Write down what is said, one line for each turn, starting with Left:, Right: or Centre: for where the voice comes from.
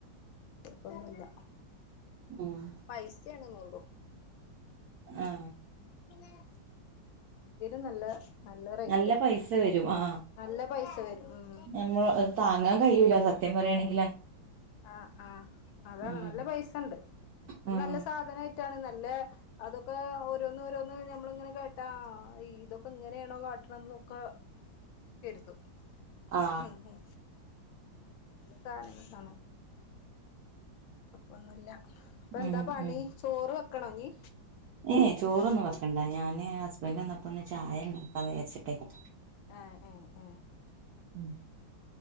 Left: ഇപ്പൊന്നുമല്ല
Right: ഉം
Left: പൈസ സെ ആണെന്നള്ളൂ
Right: ആ
Left: ആ എന്തിന് നല്ല റേറ്റാ
Right: നല്ല പൈസ വരും ആ
Left: നല്ല പൈസ വരും ഉം
Right: ഞമ്മൾ താങ്ങാൻ കഴി ല്ല സത്യം പറയാണെങ്കിൽ
Left: ആ ആ അതാണ്
Right: ഉം
Left: നല്ല പൈസണ്ട് അത്
Right: ഉം
Left: നല്ല സാധാ റ്റാണ് നല്ലേ അതും പ്പെ ഓരോന്ന് ഓരോന്ന് നമ്മളിങ്ങനെ കേട്ടാ ഇതൊക്കെ ഇങ്ങനെയാണോ കാട്ട്ണേന്നൊക്കെ കെര്തും
Right: ആ
Left: ഹ് ഹാ നല്ല സാനങ്ങളാണ് ഒന്നുല്ല ഇപ്പെന്താ
Right: ഉം
Left: പണി
Right: ഉം
Left: ചോർ വെക്ക് ക്കണോഞ്ഞ്
Right: ഏ യചോറൊന്നും വെക്കണ്ട ഞാന് ഹസ്ബന്റ് വന്നപ്പൊന്ന് ചായ വെക്കാ വിചാരിച്ചിട്ടേനി
Left: ആ ഏ ഏ
Right: ഉം.